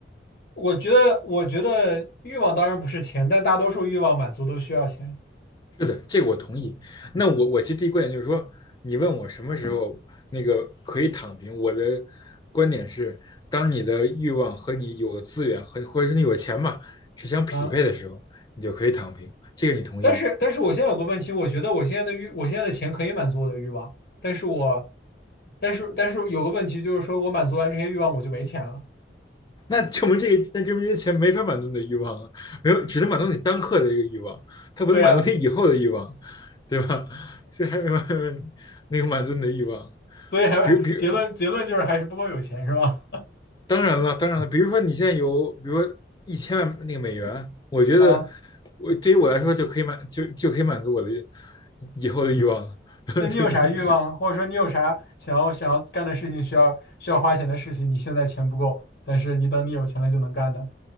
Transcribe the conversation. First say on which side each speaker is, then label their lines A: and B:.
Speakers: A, on the left; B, on the left.
A: 我觉得，我觉得欲望当然不是钱，但大多数欲望满足都需要钱
B: 是的，这个我同意。那我我其实第一观点就是说，你问我什么时候那个可以躺平，我的观点是，当你的欲望和你有的资源和或者是你有钱嘛是相匹配的时候，
A: 啊。
B: 你就可以躺平。这个你同意吗？
A: 但是，但是我现在有个问题，我觉得我现在的欲，我现在的钱可以满足我的欲望，但是我，但是，但是有个问题就是说，我满足完这些欲望，我就没钱了。
B: <laughs> 那证明这个，那证明这些钱没法满足你的欲望啊，没有，只能满足你当刻的一个欲望，它不能满足你以后的欲望，
A: 对呀，
B: 对吧？<laughs> 所以还有那个满足你的欲望，
A: <laughs> 所以还结论结论就是还是不够有钱，
B: 比如，比如，
A: 是吧？
B: 当然了，当然了，比如说你现在有，比如说一千万那个美元，我觉得
A: <laughs> 啊，
B: 我对于我来说就可以满就就可以满足我的以后的欲望了，<laughs>
A: 那你有啥欲望啊或者说你有啥想要想要干的事情，
B: 对不对？
A: 需要需要花钱的事情，你现在钱不够，但是你等你有钱了就能干的。